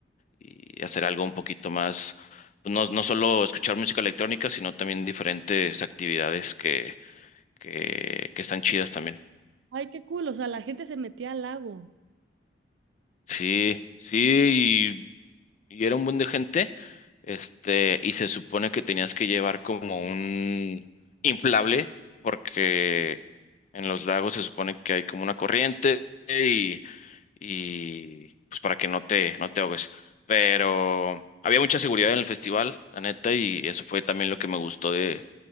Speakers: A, on the left; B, on the right.
A: y hacer algo un poquito más, pues, no, no solo escuchar música electrónica, sino también diferentes actividades que, que, que están chidas también.
B: Ay, qué cool. O sea, la gente se metía al lago.
A: Sí, sí, y era un buen de gente, este, y se supone que tenías que llevar como un inflable, porque en los lagos se supone que hay como una corriente y, y pues para que no te, no te ahogues. Pero había mucha seguridad en el festival, la neta, y eso fue también lo que me gustó de,